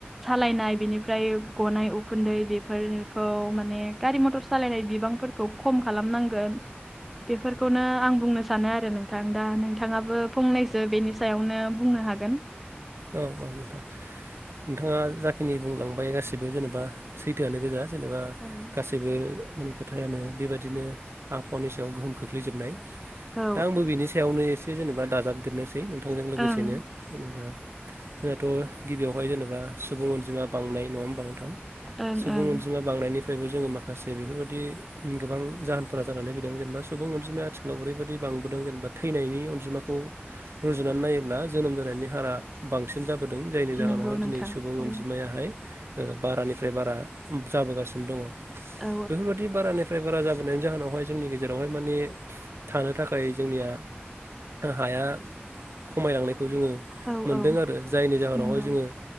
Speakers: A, in the centre; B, on the right.
A: सालायनाय बिनिफ्राय गनाय उखुन्दै बेफोरखौ माने गारि मथर सालायनाय बिबांफोरखौ खम खालामनांगोन। बेफोरखौनो आं बुंनो सानो आरो नोंथां दा नोंथाङाबो फंनैसो बेनि सायावनो बुंनो हागोन।
B: औ औ नोंथां नोंथाङा जाखिनि बुंलांबाय गासिबो जेनेबा सैथोआनो गोजा। जेनेबा
A: ओं
B: गास गेबो माने खोथायानो बेबायदिनो आबहावानि सायाव गोहोम खोख्लैजोबनाय।
A: औ
B: दा आंबो बिनि सायावनो एसे जेनेबा दाजाबदेरनोसै नोंथांजों लोगोसेनो
A: ओं
B: जेनेबा जोंहाथ' गिबियावहाय जेनेबा सुबुं अनजिमा बांनाय नङाहोनबा नोथां
A: ओं
B: सुबुं
A: ओं
B: अनजिमा। बांनायनिफ्रायबो जोङो माखासे बेफोरबायाददि गोबां जाहोनफोरा जानानै फैदों जेनेबा सुबुं अनजिमाया आथिखालाव ओरैबायदि बांबोदों जेनेबा थैनायनि अनजिमाखौ रुजुनानै नायोब्ला जोनोम जानायनि हारा। बांसिन जाबोदों जायनि जाहोनावहाय
A: नंगौ नोंथां
B: दिनै सुबुं
A: औ
B: अनजिमायाहाय बारानिफ्राय बारा जाबोगासिनो दङ
A: औ
B: बेफोरबायाददि बारानिफ्राय फ्राय बारा जाबोनायनि जाहोनावहाय जोंनि गेजेरावहाय माने थानो थाखाय जोंनिया हाया खमायलांनायखौ जोङो
A: औ
B: मोनदों
A: औ
B: आरो जायनि जाहोनावहाय
A: नंगौ
B: जोङो